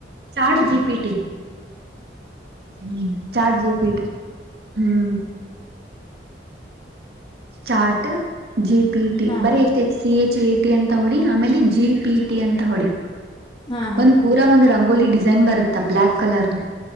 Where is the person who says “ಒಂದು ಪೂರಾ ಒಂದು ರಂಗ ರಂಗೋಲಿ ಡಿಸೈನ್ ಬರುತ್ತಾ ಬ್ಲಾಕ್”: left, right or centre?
Right